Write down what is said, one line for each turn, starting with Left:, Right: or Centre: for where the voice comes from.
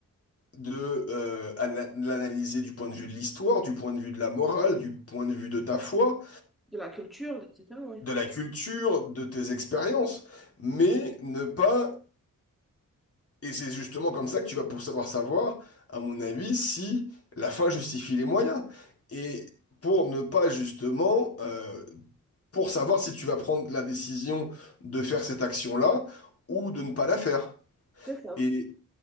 Left: de euh, à la- l'analyser du point de vue de l'histoire, du point de vue de la morale, du point de vue de ta foi,
Centre: De la culture, etc. Oui,
Left: de la culture, de tes expériences, mais ne pas Et c'est justement comme ça que tu vas pour savoir savoir, à mon avis, si la fin justifie les moyens. Et pour ne pas justement, euh, pour savoir si tu vas prendre la décision de faire cette action-là ou de ne pas la faire.
Centre: c'est ça,
Left: Et